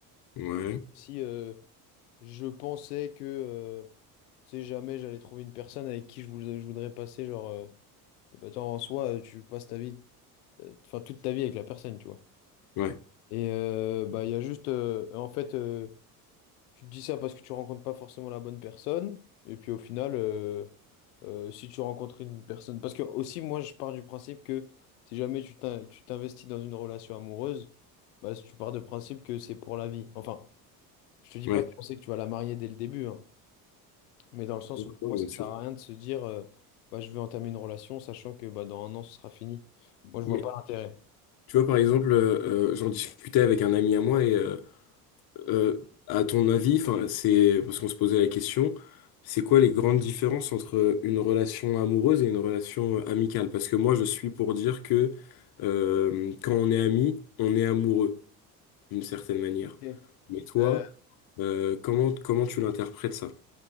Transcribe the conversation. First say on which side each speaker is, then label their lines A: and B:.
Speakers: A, on the left; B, on the left.
A: Ouais,
B: Si euh, je pensais que, euh, tu sais jamais j'allais trouver une personne avec qui je voulais- je voudrais passer genre, euh, bah, attends, en soi euh, tu passes ta vie, euh, enfin toute ta vie avec la personne, tu vois.
A: ouais,
B: Et euh, bah il y a juste, euh, en fait. euh, Tu te dis ça parce que tu rencontres pas forcément la bonne personne. Et puis au final, euh, euh, si tu rencontres une personne. Parce que aussi, moi, je pars du principe que si jamais tu t'in- tu t'investis dans une relation amoureuse, bah, si tu pars de principe que c'est pour la vie. Enfin, je te dis
A: ouais.
B: pas de penser que tu vas la marier dès le début, hein. mais dans le sens
A: Ouais,
B: où pour moi, ça
A: bien sûr.
B: sert à rien de se dire euh, bah, je vais entamer une relation, sachant que bah, dans un an, ce sera fini. Moi, je
A: Mais
B: vois pas l'intérêt.
A: tu vois, par exemple, euh, euh, j'en discutais avec un ami à moi et... euh, Euh, à ton avis, enfin, c'est parce qu'on se posait la question, c'est quoi les grandes différences entre une relation amoureuse et une relation euh, amicale? Parce que moi, je suis pour dire que euh, quand on est ami, on est amoureux d'une certaine manière.
B: Ok.
A: Mais toi,
B: Euh,
A: euh, comment comment tu l'interprètes ça?